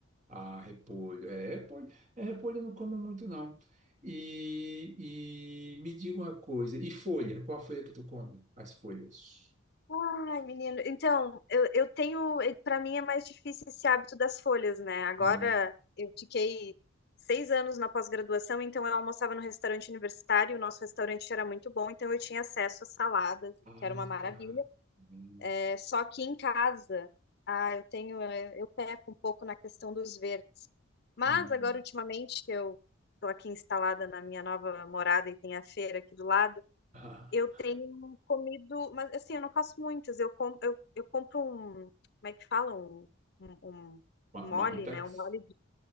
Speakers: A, on the right; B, on the left.
A: Ah, repolho. É, repolho, é, repolho eu não como muito, não. E, e me diga uma coisa. E folha? Qual a folha que tu come? As folhas.
B: Ai, menino. Então, eu, eu tenho. Pra mim é mais difícil esse hábito das folhas, né? Agora
A: Hum.
B: eu fiquei seis anos na pós-graduação, então eu almoçava no restaurante universitário, o nosso restaurante era muito bom, então eu tinha acesso a saladas,
A: Ah,
B: que era uma maravilha.
A: tá. Hum.
B: É, só que em casa, ah, eu tenho, é, eu peco um pouco na questão dos verdes. Mas
A: Hum.
B: agora, ultimamente, que eu estou aqui instalada na minha nova morada e tem a feira aqui do lado,
A: <laughs>
B: eu tenho comido, mas assim, eu não faço muitas. Eu, com, eu, eu compro um, como é que fala? Um, um, um
A: Ah,
B: mole,
A: ma- marmitex?
B: né? Um mole